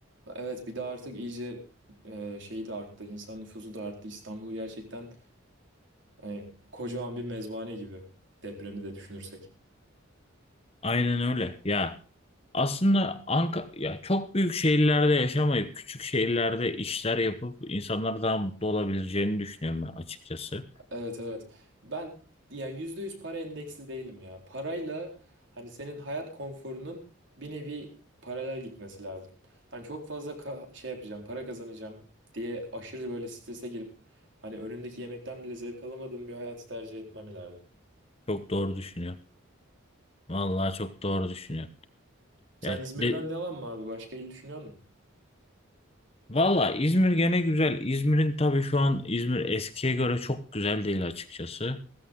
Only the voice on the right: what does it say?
Evet bir de artık iyice e, şeyi de arttı. insan nüfusu da arttı. İstanbul gerçekten hani kocaman bir mezbahane gibi depremi de düşünürsek.
Evet evet. Ben yani yüzde yüz para endeksli değilim ya. Parayla hani senin hayat konforunun bir nevi paralel gitmesi lazım. Hani çok fazla ka- şey yapacağım, para kazanacağım diye aşırı böyle strese girip hani önündeki yemekten bile zevk alamadığım bir hayatı tercih etmem ileride.
Sen
İzmir'den
devam mı abi? Başka il düşünüyor musun?